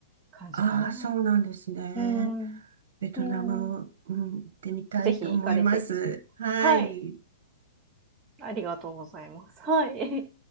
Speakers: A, on the right; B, on the right.
A: 感じかな。
B: ああ、そうなんですね。
A: うん、
B: ベトナム、
A: うん。
B: うん、行ってみたいと思います。
A: ぜひ行かれて。
B: はい。
A: はい。ありがとうございます。はい。